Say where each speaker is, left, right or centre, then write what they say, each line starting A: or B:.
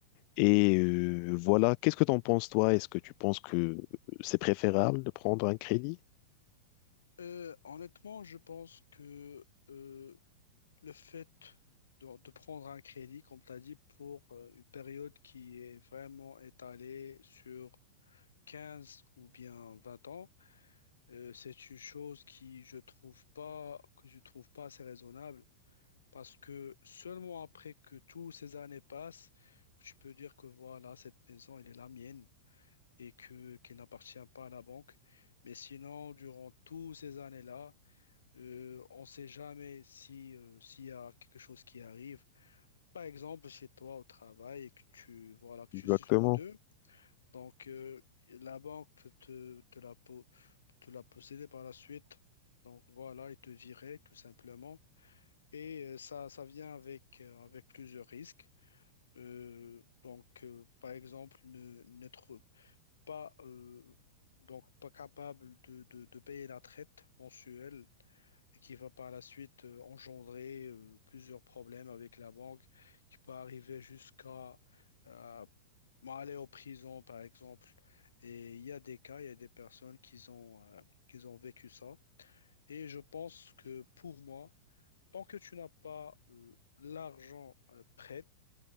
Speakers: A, on the left; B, on the left.
A: et euh, voilà, qu'est-ce que t'en penses toi? Est-ce que tu penses que c'est préférable de prendre un crédit?
B: Euh, honnêtement, je pense que euh, le fait de, de prendre un crédit, comme tu as dit, pour euh, une période qui est vraiment étalée sur 15 ou bien 20 ans, euh, c'est une chose qui, je trouve pas, que je trouve pas assez raisonnable Parce que seulement après que toutes ces années passent, que tu peux dire que voilà, cette maison, elle est la mienne et que qu'elle n'appartient pas à la banque. Mais sinon, durant toutes ces années-là, euh, on ne sait jamais si, euh, s'il y a quelque chose qui arrive. Par exemple, chez toi au travail et que tu, voilà, que tu
A: Exactement.
B: suspends deux. Donc, euh, la banque peut te, te la, po- te la posséder par la suite. Donc, voilà, ils te viraient tout simplement. Et euh, ça, ça vient avec, euh, avec plusieurs risques. Euh, donc, euh, par exemple, ne- n'être pas, euh, donc pas capable de, de, de payer la traite mensuelle et qui va par la suite euh, engendrer euh, plusieurs problèmes avec la banque qui peut arriver jusqu'à euh, aller en prison, par exemple. Et il y a des cas, il y a des personnes qui ont, euh, qui ont vécu ça. Et je pense que pour moi, Tant que tu n'as pas euh, l'argent euh, prêt